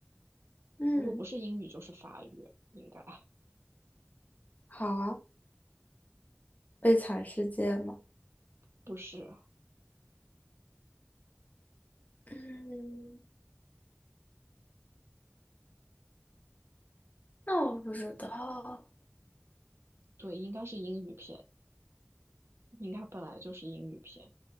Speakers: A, on the left (about 40°); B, on the right (about 75°).
A: 嗯，
B: 如果不是英语就是法语，应该
A: 好啊，悲惨世界吗？
B: 不是，
A: 嗯，那我不知道。
B: 对，应该是英语片，应该本来就是英语片。